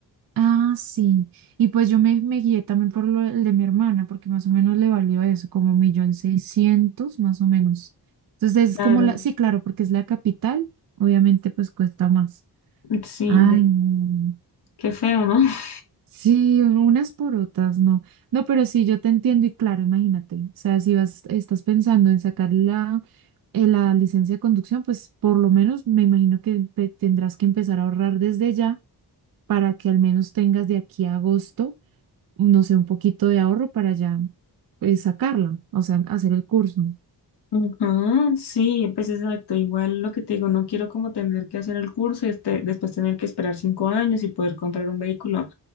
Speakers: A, on the right; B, on the left.
A: Ah, sí. Y pues yo me, me guié también por lo el de mi hermana, porque más o menos le valió eso, como un millón seiscientos, más o menos. Entonces es
B: Claro,
A: como la, sí, claro, porque es la capital, obviamente pues cuesta más.
B: sí,
A: Ay,
B: ya,
A: no.
B: qué feo, ¿no? <laughs>
A: Sí, unas por otras, no. No, pero sí, yo te entiendo y claro, imagínate. O sea, si vas, estás pensando en sacar la, eh, la licencia de conducción, pues por lo menos me imagino que pe- tendrás que empezar a ahorrar desde ya para que al menos tengas de aquí a agosto, no sé, un poquito de ahorro para ya, pues, sacarla, o sea, hacer el curso.
B: Ujú, sí, pues exacto. Igual lo que te digo, no quiero como tener que hacer el curso y este, después tener que esperar cinco años y poder comprar un vehículo.